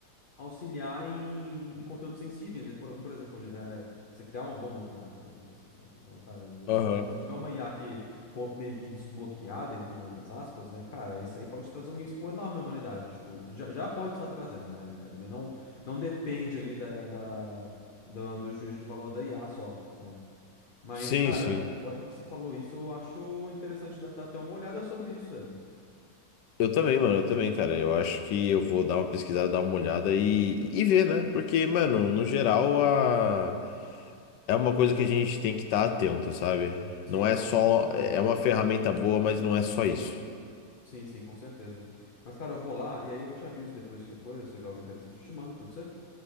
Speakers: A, on the left; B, on the left.
A: auxiliar em, em conteúdos sensíveis, né? Por, algum- por exemplo, eh, você criar uma bomba nuclear, por exemplo, assim, sabe? Então, cara, você,
B: aham.
A: quando você tiver uma IA que for meio que desbloqueada, entre muitas aspas, né? Cara, isso aí pode trazer um risco enorme à humanidade. Tipo, já, já pode estar trazendo, na realidade, né? Não, não depende ali da, da, do, do juízo de valor da IA só, né? Mas,
B: Sim,
A: cara,
B: sim.
A: agora que você falou isso, eu acho interessante dar dar até uma olhada sobre isso, velho.
B: Eu também, mano, eu também, cara. Eu acho que eu vou dar uma pesquisada, dar uma olhada e, e ver, né? Porque, mano, no geral, a... é uma coisa que a gente tem que estar atento, sabe?
A: Sim,
B: Não é
A: com
B: só.
A: toda certeza.
B: É uma ferramenta boa, mas não é só isso.
A: Sim, sim, com certeza. Mas, cara, eu vou lá e aí eu te aviso depois que é coisa, se eu ver algo interessante, eu te mando, pode ser?